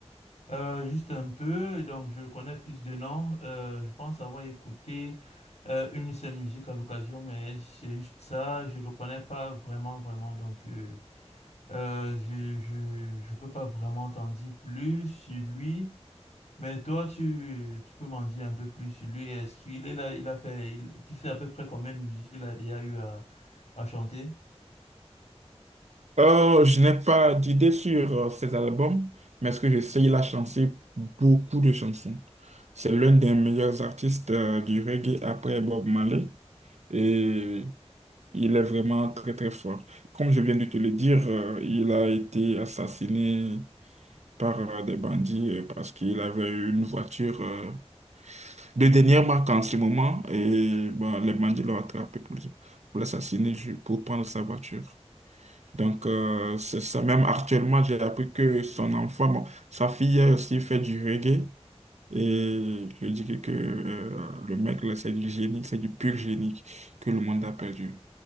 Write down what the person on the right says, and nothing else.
Oh, je n'ai pas d'idée sur euh, ses albums, mais ce que je sais, il a chanté beaucoup de chansons. C'est l'un des meilleurs artistes euh, du reggae après Bob Marley. Et Il est vraiment très très fort. Comme je viens de te le dire, euh, il a été assassiné par euh, des bandits euh, parce qu'il avait une voiture euh, de dernière marque en ce moment et bon, les bandits l'ont attrapé pour, pour l'assassiner, ju- pour prendre sa voiture. Donc euh, c'est ça. Même actuellement, j'ai appris que son enfant, bon, sa fille a aussi fait du reggae et je dis que, que, euh, le mec, là, c'est du génie, c'est du pur génie que le monde a perdu.